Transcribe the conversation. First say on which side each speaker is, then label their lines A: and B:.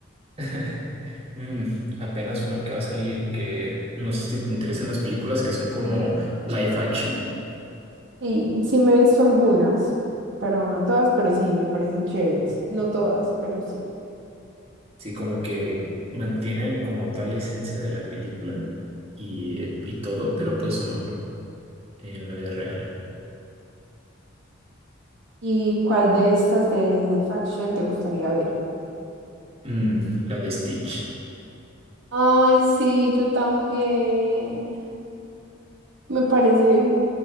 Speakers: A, on the right; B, on the right.
A: <laughs> Mm, apenas una que va a salir que no sé si te interesan las películas que son como live action,
B: Y sí me he visto algunas, pero no todas, pero sí me parecen chéveres. No todas, pero sí.
A: sí, como que mantienen como tal la esencia de la película y, eh, y todo, pero pues son en la vida real.
B: ¿Y cuál de estas de live action te gustaría ver?
A: Mm, la de Stitch.
B: Ay, sí, yo también. Me parece, mm,